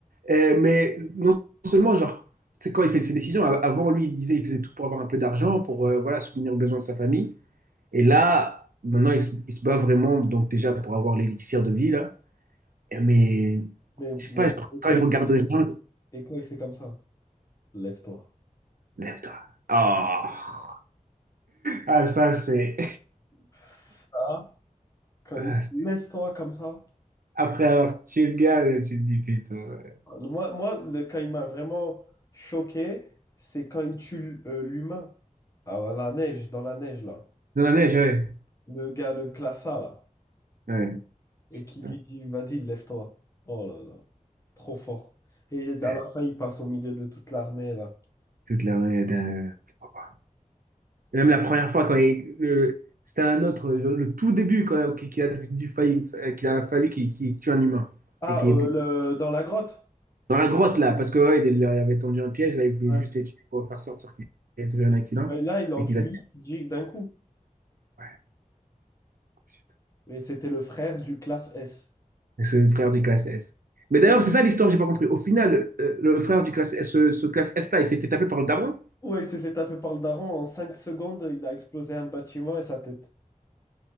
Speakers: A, on the right; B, on the left.
A: Euh, mais non seulement, genre, c'est quand il fait ses décisions, av- avant, lui, il disait, il faisait tout pour avoir un peu d'argent, pour, euh, voilà, subvenir aux besoins de sa famille. Et là, maintenant, il se, il se bat vraiment, donc déjà pour avoir l'élixir de vie, là. Et mais,
B: Mais bon,
A: je sais pas, genre,
B: et
A: quand
B: quand
A: il regarde
B: il,
A: les gens,
B: et quand il fait comme ça, lève-toi.
A: lève-toi. Oh. Ah, ça, c'est.
B: Ça, quand
A: <laughs>
B: il
A: ça, c'est-
B: lève-toi comme ça.
A: Après avoir tué le gars, là, tu te dis putain. ouais.
B: Moi, moi le, quand il m'a vraiment choqué, c'est quand il tue euh, l'humain Ah, à la neige, dans la neige, là.
A: Dans la neige, ouais.
B: Le gars, le classa, là.
A: Ouais,
B: Et qui
A: putain.
B: lui dit, vas-y, lève-toi. Oh là là, trop fort. Et à
A: Ouais,
B: la fin, il passe au milieu de toute l'armée, là.
A: Toute la ouais, d'un- oh, bah. Et Même la première fois, quand il. le- C'était un autre, le, le tout début, quand, qu'il a, dû failli- qu'il a fallu qu'il qu'il tue un humain.
B: Ah,
A: Et qui.
B: euh, le- dans la grotte.
A: Dans la grotte, là, parce que ouais, il, il leur avait tendu un piège, là, il voulait
B: Ouais.
A: juste les tuer pour faire sortir qu'il faisait un accident
B: Ben là, il en
A: et
B: tue
A: qu'ils a tué.
B: huit d'un coup.
A: Ouais, putain.
B: Et c'était le frère du classe S.
A: Et c'est le frère du classe S. Mais d'ailleurs, c'est ça l'histoire, j'ai pas compris. Au final, euh, le frère du classe S, ce, ce classe S là, il s'est fait taper par le daron.
B: Ouais, il s'est fait taper par le daron. En 5 secondes, il a explosé un bâtiment et sa tête.